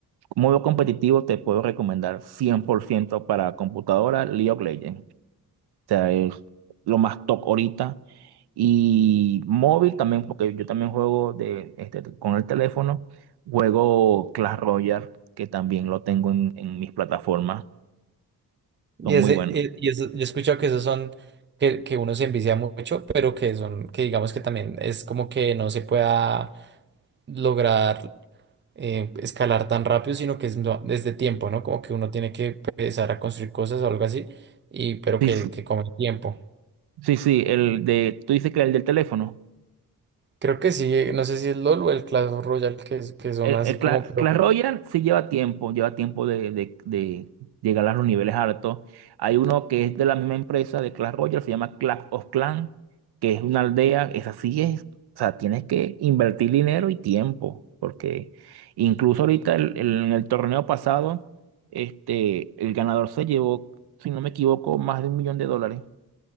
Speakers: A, on the right; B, on the right.
A: modo competitivo te puedo recomendar 100% para computadora League of Legends. O sea, es lo más top ahorita. Y móvil también, porque yo también juego de, este, con el teléfono. Juego Clash Royale, que también lo tengo en, en mis plataformas.
B: Y
A: Son
B: ese,
A: muy buenos.
B: eh, y eso, yo he escuchado que esos son, que, que uno se envicia mucho, pero que son, que digamos que también es como que no se pueda lograr eh, escalar tan rápido, sino que es no- desde tiempo, ¿no? Como que uno tiene que empezar a construir cosas o algo así, y pero
A: Sí,
B: que,
A: sí,
B: que come tiempo.
A: sí, sí, el de, tú dices que el del teléfono.
B: Creo que sí, eh, no sé si es LOL o el Clash Royale, que, es- que son
A: El,
B: así
A: el Cla-
B: como, pero,
A: Clash Royale sí lleva tiempo, lleva tiempo de, de- de llegar a los niveles altos. Hay uno que es de la misma empresa de Clash Royale, se llama Clash of Clans, que es una aldea, esa sí es, o sea, tienes que invertir dinero y tiempo, porque incluso ahorita el- el- en el torneo pasado, este, el ganador se llevó, si no me equivoco, más de un millón de dólares,